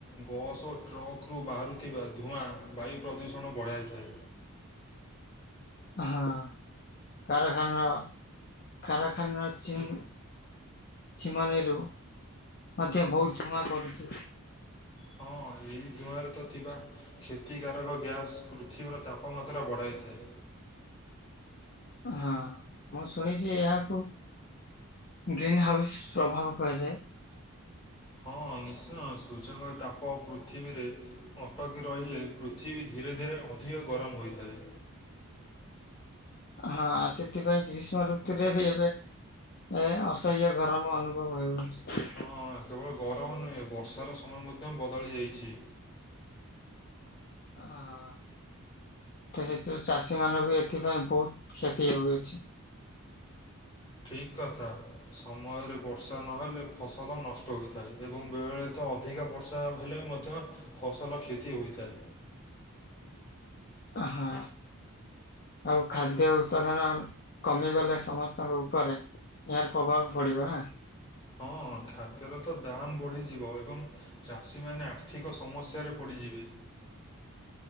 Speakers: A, on the left; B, on the left.
A: ବସ୍ ଓ ଟ୍ରକ୍‌ ରୁ ବାହାରୁଥିବା ଧୂଆଁ ବାୟୁ ପ୍ରଦୂଷଣ ବଢ଼ାଇଥାଏ।
B: ହଁ କାରଖାନା କାରାଖାନାର ଚିନ୍ ଚୀମାନଇରୁ ମଧ୍ୟ ବହୁତ ଧୂଆଁ କରୁଛି।
A: ହଁ ଏଇ ଧୂଆଁରେ ତ ଥିବା କ୍ଷତିକାରକ ଗ୍ୟାସ୍ ପୃଥିବୀର ତାପମାତ୍ରା ବଢ଼ାଇଥାଏ।
B: ହଁ ମୁଁ ଶୁଣିଛି ଏହାକୁ ଗ୍ରୀନ୍ ହାଉସ ପ୍ରଭାବ କୁହାଯାଏ।
A: ହଁ ନିଶ୍ଚୟ ସୂର୍ଯ୍ୟଙ୍କ ତାପ ପୃଥିବୀରେ ଅଟକି ରହିଲେ ପୃଥିବୀ ଧୀରେ ଧୀରେ ଅଧିକ ଗରମ ହୋଇଥାଏ।
B: ହଁ ସେଥିପାଇଁ ଗ୍ରୀଷ୍ମ ଋତୁରେ ବି ଏବେ ଏ ଅସହ୍ୟ ଗରମ ଅନୁଭବ ହେଉଚି।
A: ହଁ କେବଳ ଗରମ ନୁହେଁ ବର୍ଷାର ସମୟ ମଧ୍ୟ ବଦଳି ଯାଇଚି।
B: ହ ତ ସେଥିରୁ ଚାଷୀ ମାନଙ୍କୁ ଏଥିପାଇଁ ବହୁତ କ୍ଷତି ହୋଇଚି।
A: ଠିକ୍ କଥା। ସମୟରେ ବର୍ଷା ନହେଲେ ଫସଲ ନଷ୍ଟ ହୋଇଥାଏ ଏବଂ ବେଳେଳେ ତ ଅଧିକା ବର୍ଷା ବର୍ଷା ହେଲେ ମଧ୍ୟ ଫସଲ କ୍ଷତି ହୋଇଥାଏ।
B: ଆହା। ଆଉ ଖାଦ୍ୟ ଉତ୍ପାଦନ କମିଗଲେ ସମସ୍ତଙ୍କ ଉପରେ ଏହାର ପ୍ରଭାବ ପଡିବ ନା।
A: ହଁ ଖାଦ୍ୟର ତ ଦାମ୍ ବଢ଼ିଯିବ ଏବଂ ଚାଷୀମାନେ ଆର୍ଥିକ ସମସ୍ୟାରେ ପଡିଯିବେ।